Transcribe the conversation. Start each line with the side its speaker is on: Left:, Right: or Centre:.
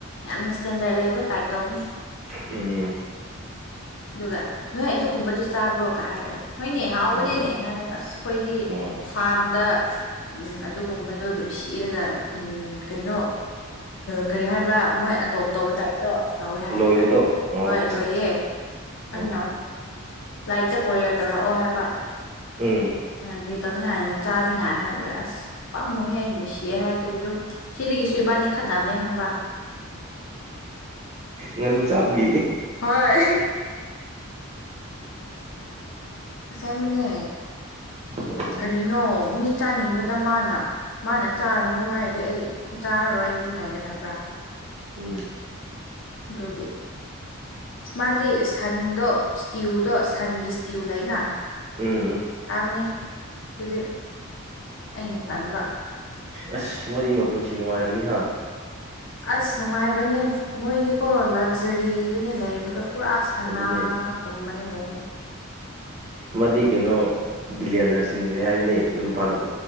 Left: ꯌꯥꯝꯅ ꯏꯁ꯭ꯇꯦꯟꯗꯔꯠ ꯂꯩꯕ ꯇꯥꯏꯞ ꯇꯧꯕꯅꯦ
Right: ꯎꯝ
Left: ꯑꯗꯨꯒ ꯅꯣꯏ ꯑꯗꯨꯒꯨꯝꯕꯗꯨ ꯆꯥꯕ꯭ꯔꯣꯒ ꯍꯥꯏꯔꯦ ꯍꯣꯏꯅꯦ ꯍꯥꯎꯕꯅꯦꯅꯦ
Right: ꯎꯝ
Left: ꯑꯁ ꯈꯣꯏꯗꯤ
Right: ꯎꯝ
Left: ꯐꯥꯔꯝꯗ ꯑꯗꯨꯒꯨꯝꯕꯗꯣ ꯅꯨꯡꯁꯤꯔꯒ ꯀꯩꯅꯣ ꯀꯔꯤ ꯍꯥꯏꯕ꯭ꯔꯥ ꯃꯣꯏ ꯑꯦꯗꯣꯞ ꯇꯧꯕ ꯇꯥꯏꯞ ꯇꯧꯋꯦ ꯍꯥꯏꯔꯒꯥꯟ
Right: ꯂꯣꯏꯕꯗꯣ
Left: ꯅꯪ
Right: ꯑꯣ
Left: ꯍꯣꯏ
Right: ꯑꯠꯆꯥ
Left: ꯂꯣꯏꯌꯦ
Right: ꯑꯠꯆꯥ ꯎꯝ
Left: ꯑꯩꯅ ꯂꯥꯏꯛꯇ ꯀꯣꯔꯤꯌꯔ ꯇꯧꯔꯛꯑꯣ ꯍꯥꯏꯕ
Right: ꯎꯝ
Left: ꯒ꯭ꯔꯤ ꯇꯧꯅꯤꯡꯉꯥꯏꯗꯅ ꯆꯥꯅꯤꯡꯉꯥꯏ ꯍꯥꯏꯕꯒꯤ ꯑꯁ ꯄꯥꯝꯃꯨꯍꯦ ꯅꯨꯡꯁꯤꯌꯦ ꯍꯥꯏꯗꯨꯒꯤ ꯑꯗꯨꯝ ꯁꯤꯗꯒꯤꯁꯨ ꯏꯕꯥꯅꯤ ꯈꯠꯅꯕꯅꯦ ꯈꯪꯕ꯭ꯔꯥ
Right: ꯉꯥꯅꯨ ꯆꯥꯕꯒꯤ
Left: ꯍꯣꯏ ꯑꯁꯦꯡꯕꯅꯦ
Right: ꯑꯣ
Left: ꯀꯔꯤꯅꯣ ꯃꯤ ꯆꯥꯅꯤꯡꯕꯗ ꯃꯥꯅ ꯃꯥꯅ ꯆꯥꯔꯨꯅꯨ ꯍꯥꯏꯔꯗꯤ ꯑꯩ ꯆꯥꯔꯔꯣꯏ ꯑꯗꯨꯝ ꯂꯩꯒꯗꯕ꯭ꯔꯥ
Right: ꯎꯝ
Left: ꯑꯗꯨꯒꯤ ꯑ ꯃꯥꯗꯤ ꯁꯟꯗꯣ ꯏꯁꯇꯤꯌꯨꯗꯣ ꯁꯟꯒꯤ ꯏꯁꯇꯤꯌꯨ ꯂꯩꯅ
Right: ꯎꯝ ꯎꯝ
Left: ꯇꯥꯕꯅꯦ ꯑꯗꯨꯗꯤ ꯑꯩꯅ ꯇꯥꯟꯕ
Right: ꯑꯁ ꯃꯣꯏꯗꯤ ꯃꯄꯨꯟꯁꯤ ꯅꯨꯡꯉꯥꯏꯔꯝꯅꯤ ꯍꯥ
Left: ꯑꯁ ꯅꯨꯡꯉꯥꯏꯕꯅꯦ ꯃꯣꯏꯗꯤꯀꯣ ꯂꯛꯖꯔꯤꯗꯅꯦ ꯂꯩꯕꯗꯣ ꯄꯨꯔꯥ ꯁꯅꯥꯒꯨꯝꯕꯅꯦ
Right: ꯑꯗꯨꯅꯦ
Left: ꯂꯩꯕ
Right: ꯃꯥꯗꯤ ꯀꯩꯅꯣ ꯕꯤꯔꯤꯌꯥꯅꯔ ꯆꯤꯡꯈ꯭ꯔꯦ ꯍꯥꯏꯕꯅꯦ ꯑꯗꯨ ꯅꯨꯄꯥꯗꯣ